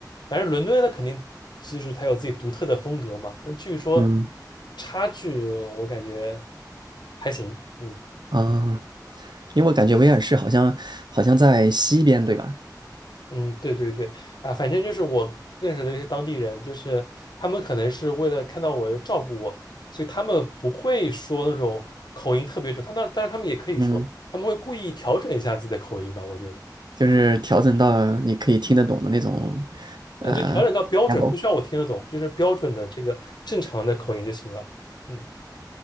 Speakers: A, on the left; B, on the right.
A: 反正伦敦它肯定就是它有自己独特的风格嘛，那据说
B: 嗯，
A: 差距我感觉还行，嗯。
B: 啊，因为我感觉威尔士好像好像在西边，对吧？
A: 嗯，对对对，啊，反正就是我认识的一些当地人，就是他们可能是为了看到我照顾我，所以他们不会说那种口音特别重，他那但是他们也可以说，
B: 嗯，
A: 他们会故意调整一下自己的口音吧，我觉得，
B: 就是调整到你可以听得懂的那种，呃
A: 呃，就调整到标准，
B: l
A: 不需要我听得懂，
B: e
A: 就是标准的这个正常的口音就行了。嗯，